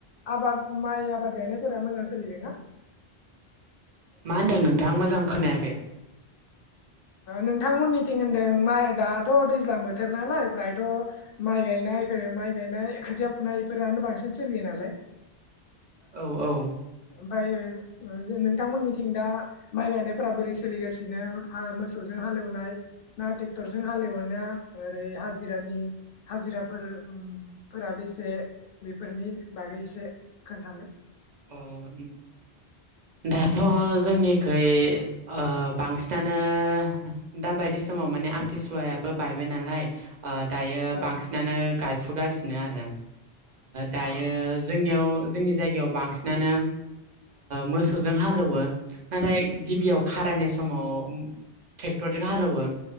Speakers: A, on the left; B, on the right.
A: आबाद माइ आबाद गायनायफोरा मोजां सोलिदोंना?
B: मा होनदों नोंथाङा मोजां खोनायाखै।
A: नोंथांमोननिथिं होनदों माइ दाथ' दैज्लां बोथोर नालाय फ्रायथ' माइ गायनाय जायगायाव माइ गायनाय खोथिया फुनाय बेफोरानो बांसिन सोलियो नालाय
B: औ औ
A: ओमफाय नोंथांमोननिथिं दा माइ गायनायफोरा बोरै सोलिगासिनो? मोसौजों हालेवनाय ना ट्रेक्टरजों हालेवो ना ओरै हाजिरानि हाजि फोरा बेसे बेफोरनि बागै एसे खोन्थालाय?
B: अह दाथ' जोंनिखै ओ बांसिनानो दाबाय बायदि समाव माने आमथिसुवायाबो बायबाय नालाय दायो
A: ओं
B: बांसिनानो गायफुगासिनो आरो दायो
A: ओं
B: जोंनियाव जोंनि जायगायाव बांसिन बांसिनानो मोसौजों हालौयो नाथाय गिबियाव
A: उम
B: खाराय सम समाव ट्रेक्टरजों हालौवो